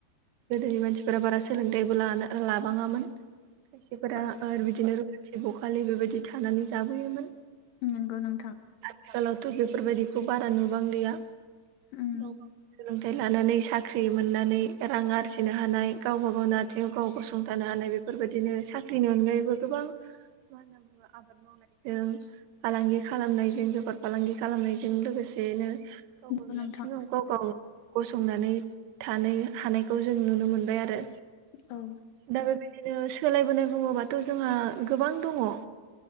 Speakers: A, on the right; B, on the left.
A: गोदोनि मानसिफोरा बारा सोलोंथायाइबो लानो लाबाङामोन खायसेफोरा
B: औ
A: <unintelligible> बिदिनो थि बखालि बेबायदि थानानै जाबोयोमोन
B: नंगौ नोंथां
A: थिखालावथ' बेफोरबायदिखौ बारा नुबांलिया
B: उम
A: गाव गावनि सोलों थाइ लानानै साख्रि मोननानै रां आरजिनो हानाय गावबा गावनो आथिङाव गाव गसंथानो हानाय बे फोरबायदिनो साख्रिनि अनगायैबो गोबां मा होनो आबाद मावनायजों फालांगि खालामनायजों जोबोद फालांगि खालामनायजों लोगोसेनो गाव
B: नंगौ
A: गावनि
B: नोंथां
A: आथिङाव गाव-गाव गसंनानै थानो हानायखौ जों नुनो मोनबाय आरो
B: औ
A: दा बेबायदिनो सोलायबोनाय बुङोबाथ' जोंहा गोबां दङ'